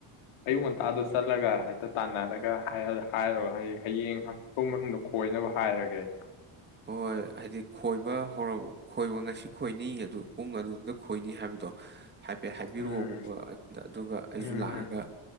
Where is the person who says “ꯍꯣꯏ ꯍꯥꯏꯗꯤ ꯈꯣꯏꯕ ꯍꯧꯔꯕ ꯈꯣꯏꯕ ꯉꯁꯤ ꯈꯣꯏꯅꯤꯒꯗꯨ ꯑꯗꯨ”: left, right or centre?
Right